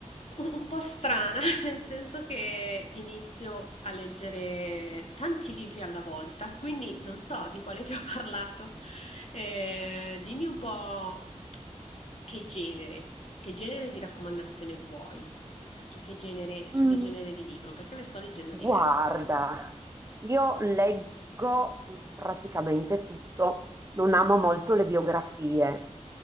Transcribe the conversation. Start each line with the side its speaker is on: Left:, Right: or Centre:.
Left: un, un po' strana, <laughs> nel senso che inizio a leggere tanti libri alla volta, quindi non so di quale ti ho parlato. Eh, dimmi un po' che genere, che genere di raccomandazione vuoi, cioè su che genere, su
Right: Mm,
Left: che genere di libro, perché ne sto leggendo
Right: Guarda,
Left: diversi.
Right: io leggo praticamente tutto, non amo molto le biografie,